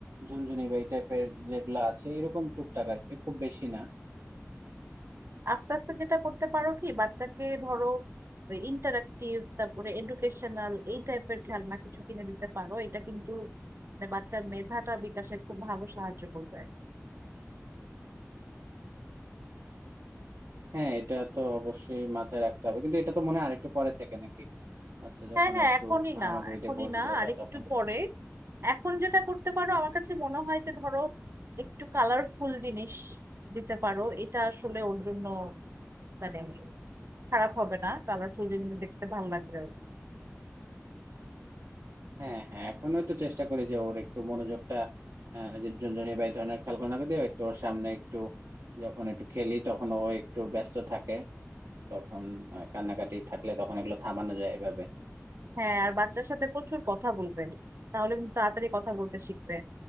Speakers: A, on the right; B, on the right.
A: ঝুনঝুনি বা এই টাইপের যেগুলো আছে এরকম টুকটাক আর কি খুব বেশি না
B: আস্তে আস্তে যেটা করতে পারো কি বাচ্চাকে ধরো ইন্টারাক্টিভ তারপরে এডুকেশনাল এই টাইপের খেলনা কিছু কিনে দিতে পারো এটা কিন্তু মানে বাচ্চার মেধাটা বিকাশে খুব ভালো সাহায্য করবে
A: হ্যাঁ এটা তো অবশ্যই মাথায় রাখতে হবে কিন্তু এটা তো মনে হয় আরেকটু পরে থেকে নাকি আচ্ছা যখন
B: হ্যাঁ হ্যাঁ
A: আর একটু
B: এখনই না
A: হামাগুড়ি
B: এখনই
A: দিয়ে বসবে
B: না আর
A: বা
B: একটু
A: তখন থেকে
B: পরে এখন যেটা করতে পারো আমার কাছে মনে হয় যে ধরো একটু কালারফুল জিনিস দিতে পারো এটা আসলে ওর জন্য মানে খারাপ হবে না কালারফুল জিনিস দেখতে ভালো লাগবে ওর।
A: হ্যাঁ হ্যাঁ এখন হয়তো চেষ্টা করি যে ওর একটু মনোযোগটা আহ, যে ঝুনঝুনি বা এই ধরনের খেলনা দিয়ে একটু ওর সামনে একটু যখন একটু খেলি তখন ও একটু ব্যস্ত থাকে তখন আহ, কান্নাকাটি থাকলে তখন এগুলো থামানো যায় এভাবে
B: হ্যাঁ আর বাচ্চার সাথে প্রচুর কথা বলবে তাহলে কিন্তু তাড়াতাড়ি কথা বলতে শিখবে